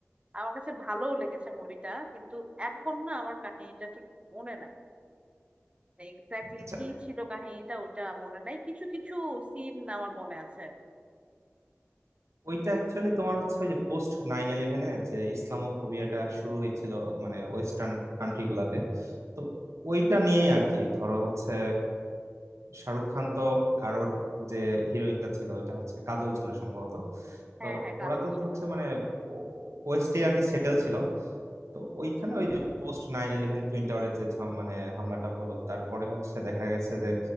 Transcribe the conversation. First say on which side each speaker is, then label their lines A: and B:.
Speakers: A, on the right; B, on the right.
A: আমার কাছে ভালোও লেগেছে মুভিটা কিন্তু এখন না আমার কাহিনীটা ঠিক মনে নাই এক্স্যাক্টলি
B: আচ্ছা
A: কি ছিল কাহিনীটা ওটা মনে নাই কিছু কিছু সিন আমার মনে আছে
B: ওইটা অ্যাকচুয়ালি তোমার হচ্ছে ওই যে পোস্ট নাইন ইলেভেনে যে ইসলামোফোবিয়াটা শুরু হয়েছিল মানে ওয়েস্টার্ন কান্ট্রি গুলাতে তো ওইটা নিয়েই আর কি ধরো হচ্ছে শাহরুখ খান তো আর ওর যে হিরোইনটা ছিল ওইটা হচ্ছে কাজল ছিল সম্ভবত
A: হ্যাঁ
B: তো
A: হ্যাঁ কাজল
B: ওরা তো
A: ছিল
B: হচ্ছে মানে ওয়েস্টে আর কি সেটেল ছিল তো ওইখানে ওই যে পোস্ট নাইন ইলেভেন টুইন টাওয়ারের যে ঝাম- মানে হামলাটা হলো তারপরে হচ্ছে দেখা গেছে যে